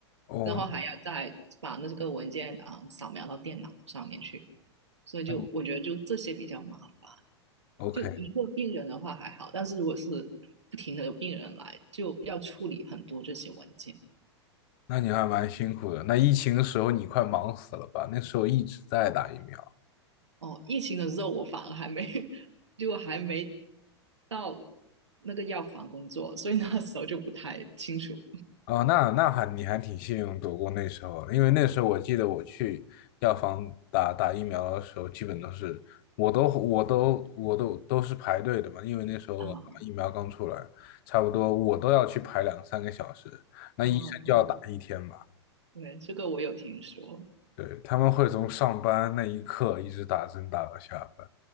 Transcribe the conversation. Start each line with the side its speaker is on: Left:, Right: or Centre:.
Left: 哦，
Right: 然后还要再把那个文件啊、嗯扫描到电脑上面去，所以就我觉得就这些比较麻烦。
Left: 嗯，OK，
Right: 就一个病人的话还好，但是如果是不停的有病人来，就要处理很多这些文件。
Left: 那你还蛮辛苦的。那疫情的时候你快忙死了吧？那时候一直在打疫苗。
Right: 哦，疫情的时候我反而还没就还没到那个药房工作，所以那时候就不太清楚
Left: 哦，那那还你还挺幸运躲过那时候的因为那时候我记得我去药房打打疫苗的时候，基本都是我都我都我都都是排队的嘛，因为那时候疫苗刚出来，
Right: 啊
Left: 差不多我都要去排两三个小时，那医生就要打一天嘛，
Right: 啊，对对对，这个我有听说，
Left: 对，他们会从上班那一刻一直打针打到下班，